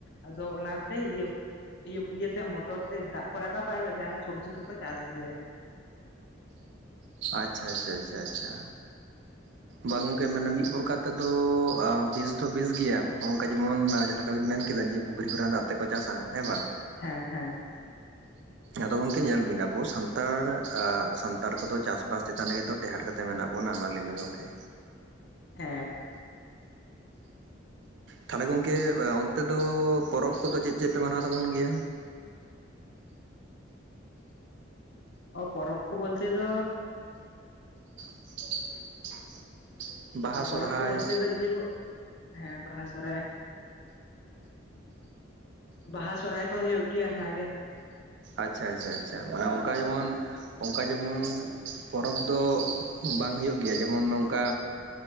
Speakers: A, on the left (about 55°); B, on the right (about 60°).
A: ᱟᱫᱚ ᱚᱱᱟ ᱛᱮ ᱤᱭᱟᱹ ᱤᱭᱟᱹ ᱤᱭᱟᱹ ᱛᱮ ᱢᱚᱴᱚᱨ ᱛᱮ ᱫᱟᱜ ᱠᱚ ᱨᱟᱠᱟᱵᱟ ᱟᱨ ᱡᱟᱦᱟᱸᱱᱟᱜ ᱥᱚᱵᱽᱡᱤ ᱠᱚᱠᱚ ᱪᱟᱥ ᱜᱮᱭᱟ᱾
B: ᱟᱪᱪᱷᱟ ᱟᱪᱪᱷᱟ ᱟᱪᱪᱷᱟ ᱟᱪᱪᱷᱟ᱾ ᱵᱟᱝ ᱜᱚᱝᱠᱮ ᱢᱟᱱᱮ ᱢᱤᱫ ᱯᱨᱚᱨᱠᱟᱨ ᱛᱮᱫᱚ ᱵᱮᱥ ᱛᱚ ᱵᱮᱥ ᱜᱮᱭᱟ ᱦᱚᱸᱜ-ᱚ ᱚᱝᱠᱟ ᱡᱮᱢᱚᱱ ᱡᱟᱦᱟᱸ ᱞᱮᱠᱟ ᱵᱤᱱ ᱢᱮᱱ ᱠᱮᱫᱟ ᱡᱮ ᱯᱩᱠᱷᱨᱤ ᱠᱚ ᱨᱮᱱᱟᱜ ᱫᱟᱜ ᱛᱮᱠᱚ ᱪᱟᱥᱟ, ᱦᱮᱸ ᱵᱟᱝ?
A: ᱦᱮᱸ ᱦᱮᱸ᱾
B: ᱟᱫᱚ ᱜᱚᱝᱠᱮ ᱧᱮᱞ ᱵᱤᱱ ᱟᱵᱚ ᱥᱟᱱᱛᱟᱲ, ᱟᱻ ᱥᱟᱱᱛᱟᱲ ᱠᱚᱫᱚ ᱪᱟᱥ-ᱵᱟᱥ ᱪᱮᱛᱟᱱ ᱨᱮᱜᱮ ᱛᱚ ᱴᱮᱦᱟᱴ ᱠᱟᱛᱮ ᱢᱮᱱᱟᱜ ᱵᱚᱱᱟ ᱢᱟ ᱞᱟᱹᱭ ᱵᱤᱱ ᱜᱚᱝᱠᱮ᱾
A: ᱦᱮᱸ᱾
B: ᱛᱟᱦᱚᱞᱮ ᱜᱚᱝᱠᱮ ᱚᱱᱛᱮ ᱫᱚ ᱯᱚᱨᱚᱵᱽ ᱠᱚᱫᱚ ᱪᱮᱫ ᱪᱮᱫ ᱯᱮ ᱢᱟᱱᱟᱣ ᱛᱟᱵᱚᱱ ᱜᱮᱭᱟ?
A: ᱚ, ᱯᱚᱨᱚᱵᱽ ᱠᱚ ᱵᱚᱞᱛᱮ ᱫᱚ
B: <inaudible> ᱵᱟᱦᱟ
A: ᱟᱨ ᱯᱚᱨᱚᱵᱽ
B: ᱥᱚᱨᱦᱟᱭ
A: ᱠᱚ ᱵᱚᱞᱛᱮ ᱫᱚ ᱤᱭᱟᱹ ᱠᱚ, ᱦᱮᱸ ᱵᱟᱦᱟ, ᱥᱚᱨᱦᱟᱭ᱾ ᱵᱟᱦᱟ, ᱥᱚᱨᱦᱟᱭ ᱠᱚ ᱦᱩᱭᱩᱜ ᱜᱮᱭᱟ ᱚᱱᱟ ᱜᱮ᱾
B: ᱟᱪᱪᱷᱟ ᱟᱪᱪᱷᱟ ᱟᱪᱪᱷᱟ ᱢᱟᱱᱮ ᱚᱝᱠᱟ ᱡᱮᱢᱚᱱ ᱚᱝᱠᱟ ᱡᱮᱢᱚᱱ ᱯᱚᱨᱚᱵᱽ ᱫᱚ ᱵᱟᱝ ᱦᱩᱭᱩᱜ ᱜᱮᱭᱟ ᱡᱮᱢᱚᱱ ᱱᱚᱝᱠᱟ᱾